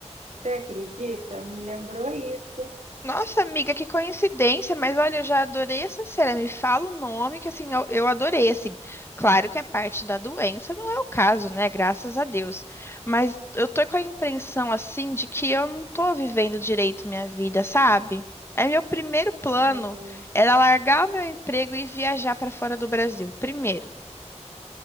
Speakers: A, on the right; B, on the left.
A: Você acredita? Me lembrou isso.
B: Nossa, amiga, que coincidência, mas olha, eu já adorei essa cena. Me fala o nome que assim, eu, eu adorei, assim. Claro que a parte da doença não é o caso, né? Graças a Deus. Mas eu tô com a impressão assim de que eu não tô vivendo direito minha vida, sabe? É meu primeiro plano
A: É,
B: era largar o meu emprego e viajar para fora do Brasil. Primeiro,